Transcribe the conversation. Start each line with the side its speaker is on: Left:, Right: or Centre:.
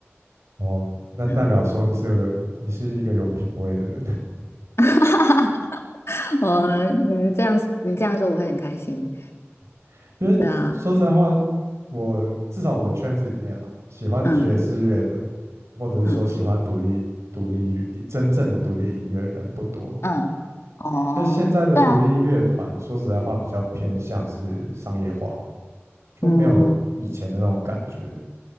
Right: 哦，那代表说你是有个你是一个有品味的人，
Left: 嗯，<laughs> 我嗯这样你这样说我会很开心。
Right: <laughs> 因为说实在话，
Left: 对啊，
Right: 我至少我的圈子里面啊，喜欢爵士乐的，
Left: 嗯
Right: 或者是说喜欢独立独立乐真正的独立音乐的人不多，
Left: 嗯嗯，哦，
Right: 因为现在的独立乐团说实在话比较偏向是商业化，
Left: 对啊，
Right: 就没有以前的那种感觉。
Left: 嗯。